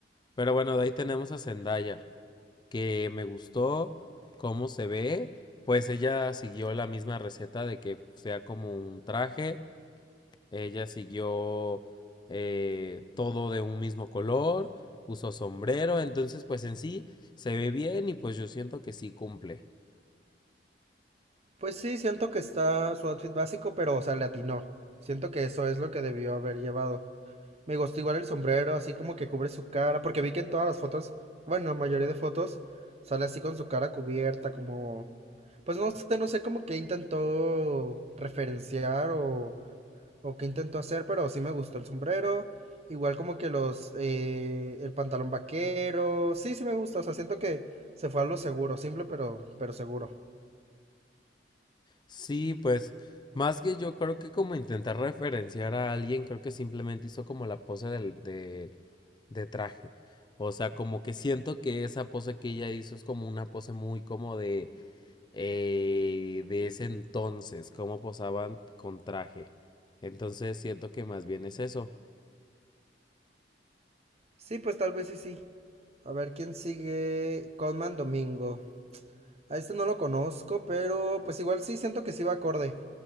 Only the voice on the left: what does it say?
Pero bueno, de ahí tenemos a Zendaya, que me gustó cómo se ve. Pues ella siguió la misma receta de que sea como un traje Ella siguió eh, todo de un mismo color, usó sombrero, entonces pues en sí se ve bien y pues yo siento que sí cumple.
Sí, pues más que yo creo que como intentar referenciar a alguien, creo que simplemente hizo como la pose del- de, de traje. O sea, como que siento que esa pose que ella hizo es como una pose muy como de, eh, de ese entonces, como posaban con traje. Entonces siento que más bien es eso.